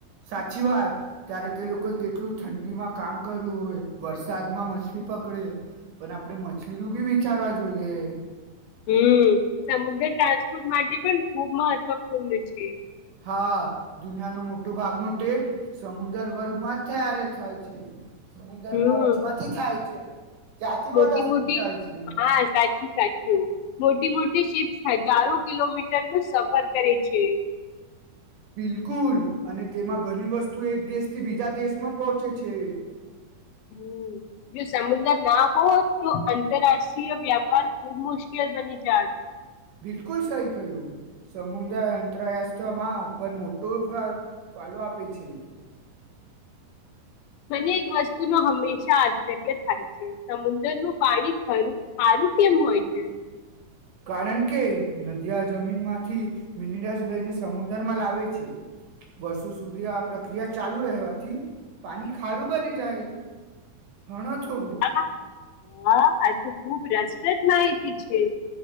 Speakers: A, on the right; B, on the left.
A: સાચી વાત ત્યારે તે લોકોએ કેટલું ઠંડીમાં કામ કરું હોય વરસાદમાં મછલી પકડે પણ આપણે મછલીનું બી વિચારવા જોઈએ.
B: હમ સમુદ્ર ટ્રાન્સપોર્ટ માટે પણ ખૂબ મહત્વપૂર્ણ છે.
A: હા દુનિયાનો મોટો ભાગનો ટેટ સમુદર વર્ગમાં જ થય્યારે થાય છે. સમુંદર
B: હમ
A: ના વચમાંથી થાય. છે. ત્યાંથી
B: મોટી
A: બધા સીપ
B: મોટી
A: જાય છે
B: હા સાચું સાચું. મોટી મોટી શિપ્સ હજારો કિલોમીટરનું સફર કરે છે.
A: બિલકુલ અને તેમાં ઘણી વસ્તુ એક દેશથી બીજા દેશમાં પહોંચે છે.
B: હમ જો સમુદ્ર ના હો તો આંતરરાષ્ટ્રીય વ્યાપાર ખુબ મુશ્કેલ બની જ.
A: બિલકુલ સહી કહ્યું સમુદ્ર અંતરયાસ્ત્રમાં પણ મોટો ફળો આપે છે.
B: મને એક વસ્તુ ન હંમેશા આશ્ચર્ય થાય છે સમુદ્રનું પાણી ખું ખારું કેમ હોય છે.
A: કારણ કે નદીયા જમીન માંથી મિનરલ્સ લઈને સમુદરમાં લાવે છે વર્ષો સુધી આ પ્રક્રિયા ચાલુ રહેવાથી પાણી ખારું બની જાય. ભણો થોડુંક
B: હા હા આતું. ખૂબ રસપ્રદ માહિતી છે.